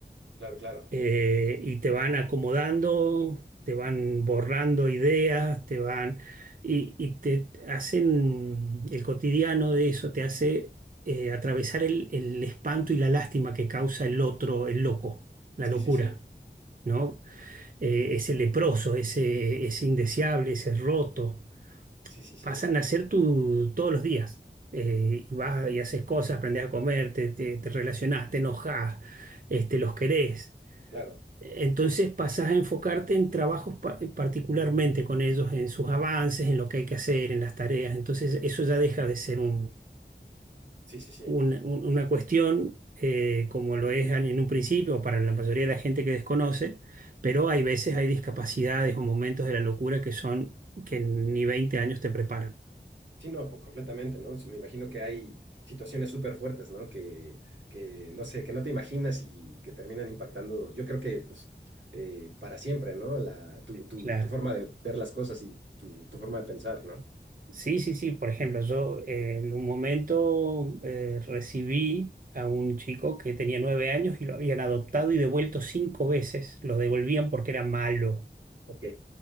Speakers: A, on the right (about 80°); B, on the right (about 50°).
A: Claro, claro.
B: Eh, y te van acomodando, te van borrando ideas, te van... Y, y te hacen el cotidiano de eso, te hace eh, atravesar el, el espanto y la lástima que causa el otro, el loco, la
A: Sí,
B: locura,
A: sí, sí.
B: ¿no? eh, ese leproso, ese, ese indeseable, ese roto,
A: Sí, sí, sí.
B: pasan a ser tu todos los días. Eh, y vas y haces cosas, aprendes a comer, te, te, te relacionás, te enojás, este, los querés.
A: Claro.
B: Entonces pasás a enfocarte en trabajos pa- particularmente con ellos, en sus avances, en lo que hay que hacer, en las tareas. Entonces eso ya deja de ser un,
A: Sí, sí, sí.
B: una, un- una cuestión eh, como lo es en un principio o para la mayoría de la gente que desconoce, pero hay veces hay discapacidades o momentos de la locura que son que ni 20 años te preparan.
A: Sí, no, pues, completamente, ¿no? Sí, Me imagino que hay situaciones súper fuertes, ¿no? Que, que, no sé, que no te imaginas y que terminan impactando, yo creo que, pues, eh, para siempre, ¿no? La, tu, tu,
B: Claro.
A: tu forma de ver las cosas y tu, tu forma de pensar, ¿no?
B: Sí, sí, sí. Por ejemplo, yo eh, en un momento eh, recibí a un chico que tenía nueve años y lo habían adoptado y devuelto cinco veces. Lo devolvían porque era malo,
A: Ok,